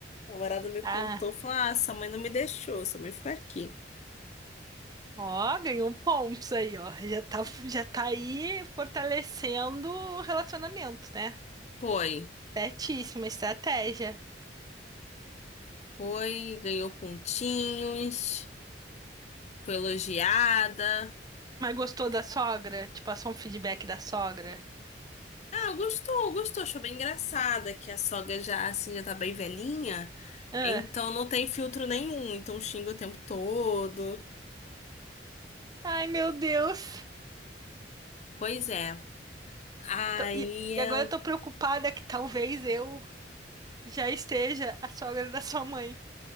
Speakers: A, on the left; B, on the right.
A: O namorado me contou,
B: Ah.
A: falou: Ah, sua mãe não me deixou, sua mãe ficou aqui.
B: Ó, ganhou pontos aí, ó. Já tá, já tá aí fortalecendo o relacionamento, né?
A: Foi,
B: Certíssima estratégia.
A: foi, ganhou pontinhos, foi elogiada.
B: Mas gostou da sogra? Te passou um feedback da sogra?
A: Ah, gostou, gostou, achou bem engraçada que a sogra já, assim, já tá bem velhinha,
B: Ah.
A: então não tem filtro nenhum, então xinga o tempo todo.
B: Ai, meu Deus.
A: Pois é, aí
B: Tô- e,
A: ela.
B: e agora eu tô preocupada que talvez eu já esteja a sogra da sua mãe.